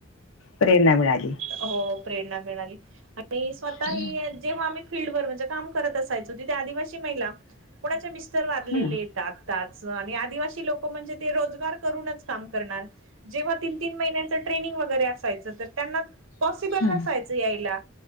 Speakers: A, on the left (about 75°); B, on the right (about 75°).
A: प्रेरणा मिळाली
B: हो प्रेरणा मिळाली आणि स्वतः
A: हा
B: ही जेव्हा आम्ही फीलल्ड वर म्हणजे काम करत असायचो तिथे आदिवासी महिला कोणाच्या मिस्टर वारलेले
A: हम्म
B: येतात. आदीवासी लोक म्हणजे ते रोजगार करूनच काम करणार जेव्हा तीन तीन महिने ट्रेनिंग वगैरे असायच त्यांना पॉसिबल
A: हम्म
B: नयच याला